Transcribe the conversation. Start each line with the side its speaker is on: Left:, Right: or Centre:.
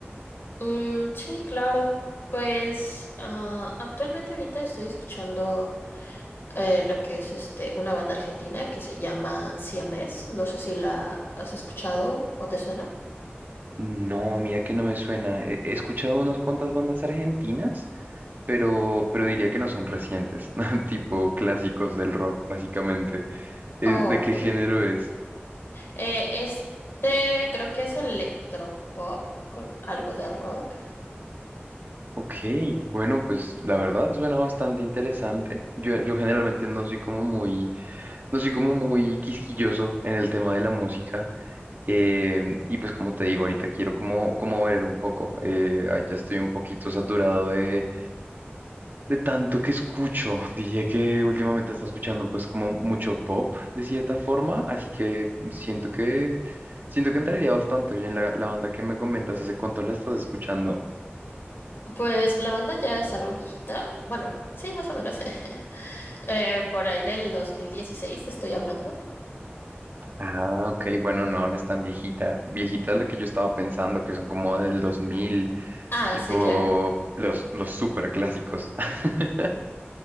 Left: Mm, sí, claro. Pues ah, actualmente ahorita estoy escuchando eh, lo que es este una banda argentina que se llama Siamés. No sé si la has escuchado o te suena.
Right: No, mira que no me suena. He, he escuchado unas cuantas bandas argentinas, pero, pero diría que no son recientes, <laughs> tipo clásicos del rock, básicamente. Eh,
Left: Oh,
Right: ¿De
Left: entiendo,
Right: qué género
Left: entiendo.
Right: es?
Left: Eh, es de, creo que es electropop con algo de rock.
Right: Ok, bueno, pues la verdad suena bastante interesante. Yo, yo generalmente no soy como muy, no soy como muy quisquilloso en el tema de la música. em, y pues como te digo, ahorita quiero como, como ver un poco. eh, ah, ya estoy un poquito saturado de, de tanto que escucho. <laughs> Diría que últimamente está escuchando pues como mucho pop de cierta forma. Así que siento que, siento que entraría bastante bien la, la banda que me comentas. ¿Hace cuánto la estás escuchando?
Left: Pues la banda ya es algo viejita. Bueno, sí, más o menos. <laughs> Eh, por ahí del 2016 te estoy hablando.
Right: Ah, ok, bueno, no, no es tan viejita. Viejita es la que yo estaba pensando, que son como del 2000,
Left: Ah,
Right: tipo
Left: sí, claro.
Right: los, los super clásicos. <laughs>